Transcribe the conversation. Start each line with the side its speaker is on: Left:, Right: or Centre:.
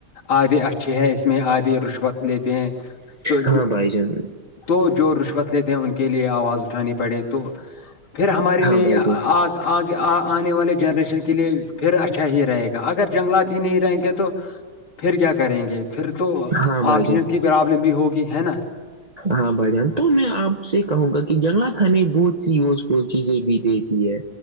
Left: آدھے اچھے ہے اس میں آدھے رشوت لیتے ہیں تو
Right: ہاں
Left: جو
Right: بھائی جان
Left: تو جو رشوت لیتے ہیں ان کے لیے آواز اٹھانی پڑے تو پھر ہمارے
Right: ہاں
Left: لیے
Right: بھائی
Left: آ
Right: جان
Left: آگے آنے والے جنریشن کے لیے پھر اچھا ہی رہے گا اگر جنگلات ہی نہیں رہیں گے تو پھر کیا کریں گے پھر تو
Right: ہاں بھائی
Left: آکسیجن
Right: جان
Left: کی پرابلم بھی ہوگی ی ہے نا
Right: ہاں بھائی جان تو میں آپ سے کہوں گا کہ جنگلات ہمیں بہت سی یوز وہ چیزیں بھی دیتی ہے